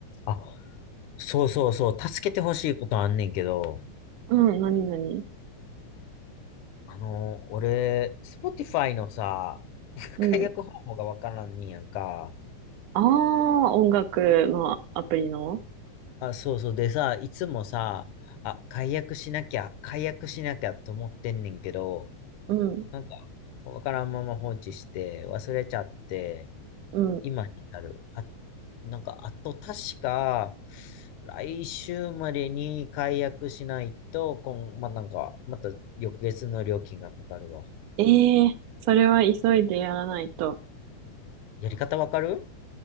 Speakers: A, on the left; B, on the right.
A: あ、そうそうそう、助けてほしいことあんねんけど、
B: うん、なになに
A: あのー、俺、Spotify のさ、<laughs>
B: うん。
A: 解約方法がわからんねんやんか。
B: ああ、音楽のアプリの
A: あ、そうそう。でさ、いつもさ、あ、解約しなきゃ、解約しなきゃと思ってんねんけど、
B: うん、
A: なんか、わからんまま放置して、忘れちゃって、
B: うん。
A: 今に至る。あ、なんか、あと確か、来週までに解約しないと、こん、まあ、なんか、また翌月の料金がかかるわ。
B: ええそれは急いでやらないと。
A: やり方わかる